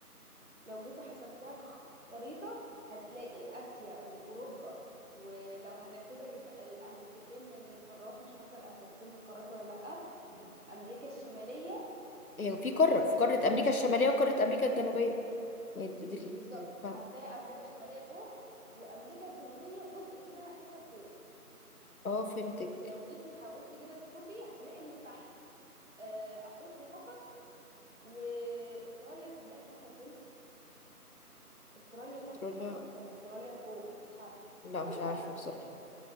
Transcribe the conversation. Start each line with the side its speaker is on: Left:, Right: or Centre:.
Right: لو جيتي حسبتيها كخريطه هتلاقي اسيا واوروبا ولو هنعتبر ال- الامريكتين من القارات مش فاكره الامريكتين من القارات ولا لا بس امريكا الشماليه
Left: هي في
Right: وجزء
Left: قارة في قارة
Right: من الامريكا
Left: أمريكا الشمالية وقارة أمريكا الجنوبية يعني دي- دي-
Right: بالظبط
Left: دي- فاهم
Right: هتلاقي امريكا الشماليه فوق وامريكا الجنوبيه جزء منها اساسا فوق
Left: اه فهمتك
Right: فانت لو جيتي حاولتي كده تشوفي هتلاقي اللي تحت آه، افريقيا فقط واستراليا صدق مش عارفه هي فين استراليا تحت
Left: أستراليا
Right: خالص ولا استراليا فوق مش عارفه
Left: لا
Right: بس اعتقد
Left: مش عارفة
Right: تحت
Left: بصراحة